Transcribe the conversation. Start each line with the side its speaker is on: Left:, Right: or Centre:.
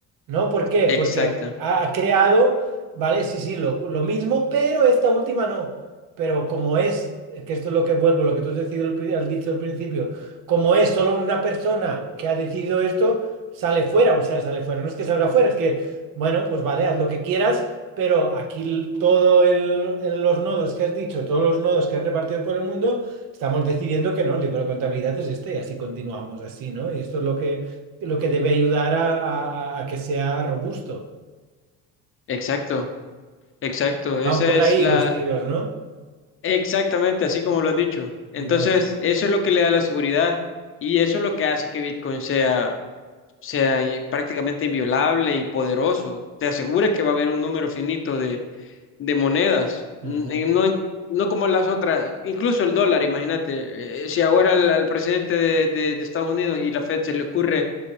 Right: ¿No? ¿Por qué?
Left: exacto,
Right: Porque ha creado, ¿vale? Sí, sí, lo, lo mismo, pero esta última no. Pero como es, que esto es lo que vuelvo, lo que tú has, decidido al pri- has dicho al principio, como es solo una persona que ha decidido esto, sale fuera, o sea, sale fuera. No es que salga fuera, es que, bueno, pues vale, haz lo que quieras, pero aquí l- todo el, el- los nodos que has dicho, todos los nodos que has repartido por el mundo, estamos decidiendo que no, el libro de contabilidad es este, y así continuamos así, ¿no? Y esto es lo que lo que debe ayudar a, a- a que sea robusto.
Left: exacto, exacto. Esa
Right: Van por
Left: es
Right: ahí
Left: la,
Right: los tiros, ¿no?
Left: exactamente así como lo has dicho. Entonces,
Right: Ya.
Left: eso es lo que le da la seguridad y eso es lo que hace que Bitcoin sea sea y prácticamente inviolable y poderoso. Te asegura que va a haber un número finito de, de monedas, N-
Right: Ujú.
Left: eh, no, en- no como las otras, incluso el dólar, imagínate, eh, si ahora al, al presidente de, de- de Estados Unidos y la Fed se le ocurre